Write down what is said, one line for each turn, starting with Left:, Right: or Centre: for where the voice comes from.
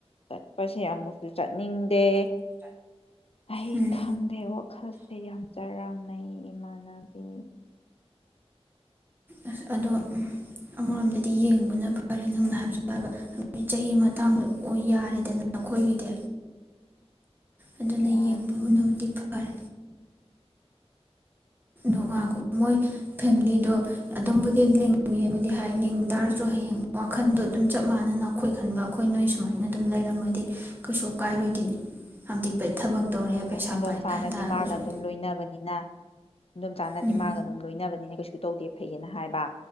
Left: ꯆꯠ ꯄꯁꯦ ꯑꯃꯨꯛꯁꯨ ꯆꯠꯅꯤꯡ ꯗ‌ꯦ ꯑꯩ
Right: ꯎꯝ
Left: ꯈꯪꯗ‌ꯦ ꯕ‌ꯣ ꯁꯦ ꯌꯥꯝ ꯆꯔꯥꯡꯅꯩ ꯏꯃꯥꯟꯅꯕꯤ
Right: ꯑꯁ ꯑꯗꯣ ꯑꯃꯔꯣꯝꯗꯗꯤ ꯌꯦꯡꯕꯅ ꯐꯔꯦ ꯅꯪꯅ ꯍꯥꯏꯕꯁꯨ ꯍꯥꯏꯕ ꯍꯥꯏꯕꯗꯤ ꯆꯍꯤ ꯃꯇꯥꯡꯗ ꯑꯣꯏ ꯌꯥꯔꯦꯗꯅ ꯑꯩꯈꯣꯏꯒꯤꯗꯤ ꯑꯗꯨꯅ
Left: ꯌꯥꯔ‌ꯦ
Right: ꯌꯦꯡꯕꯅꯕꯨꯗꯤ ꯐꯔꯦ ꯑꯣ ꯉꯥꯡ ꯃꯣꯏ ꯐꯦꯝꯃꯤꯂꯤꯗꯣ ꯑꯗꯨꯝꯕꯨꯗꯤ ꯂꯤꯡꯉꯦꯕꯨꯗꯤ ꯍꯥꯏ ꯂꯤꯡ ꯇꯥꯔꯁꯨ ꯍꯌꯦꯡ ꯋꯥꯈꯟꯗꯣ ꯑꯗꯨꯝ ꯆꯞ ꯃꯥꯟꯅꯅ ꯑꯩꯈꯣꯏ ꯈꯟꯕ ꯑꯩꯈꯣꯏ ꯅꯣꯏ ꯁꯨꯃꯥꯏꯅ ꯑꯗꯨꯝ ꯂꯩꯔꯝꯃꯗꯤ ꯀꯩꯁꯨ ꯀꯥꯏꯔꯣꯏꯗꯣꯏꯅꯤ ꯍꯥꯏꯕꯗꯤ ꯊꯕꯛ ꯇꯧꯔꯦ
Left: ꯈꯪꯗꯦ
Right: ꯄꯩꯁꯥ
Left: ꯈꯣꯏꯗꯣꯝ
Right: ꯄꯥꯏ
Left: ꯆꯥꯅꯗꯤ
Right: ꯍꯥꯏ ꯇꯥꯔꯒꯁꯨ
Left: ꯃꯥꯒ ꯑꯗꯨꯝ ꯂꯣꯏꯅꯕꯅꯤꯅ ꯑꯗꯨꯝ ꯆꯥꯟꯅꯗꯤ
Right: ꯎꯝ
Left: ꯃꯥꯒ ꯑꯗꯨꯝ ꯂꯣꯏꯅꯕꯅꯤꯅ ꯀꯩꯁꯨ ꯇꯧꯗꯦꯕ ꯐꯩꯌꯦꯅ ꯍꯥꯏꯕ